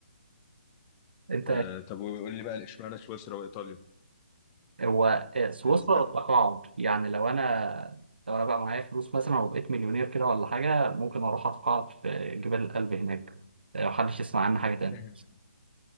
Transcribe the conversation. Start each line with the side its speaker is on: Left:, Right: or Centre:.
Right: انت
Left: آه طب وقول لي بقى اشمعنى سويسرا وايطاليا
Right: هو سويسرا
Left: بالنسبه لك
Right: التقاعد يعني لو انا لو انا بقى معايا فلوس مثلا وبقيت مليونير كده ولا حاجه ممكن اروح اتقاعد في جبال الألب هناك آه، لو محدش يسمع عنها حاجه تاني
Left: <laughs>